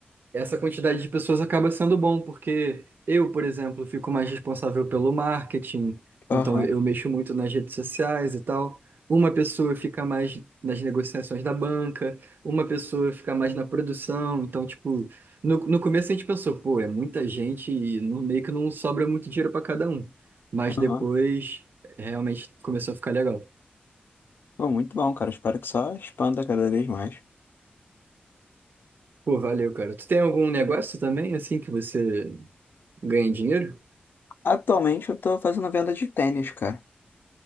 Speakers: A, on the right (about 60°); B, on the left (about 65°).
A: essa quantidade de pessoas acaba sendo bom, porque eu, por exemplo, fico mais responsável pelo marketing,
B: Aham,
A: então eu mexo muito nas redes sociais e tal. Uma pessoa fica mais nas negociações da banca, uma pessoa fica mais na produção. Então, tipo, no, no começo a gente pensou, pô, é muita gente e no, meio que não sobra muito dinheiro para cada um. Mas
B: aham.
A: depois realmente começou a ficar legal.
B: Pô, muito bom, cara. Espero que só expanda cada vez mais.
A: Pô, valeu, cara. Tu tem algum negócio também, assim, que você ganha dinheiro?
B: Atualmente eu tô fazendo venda de tênis, cara.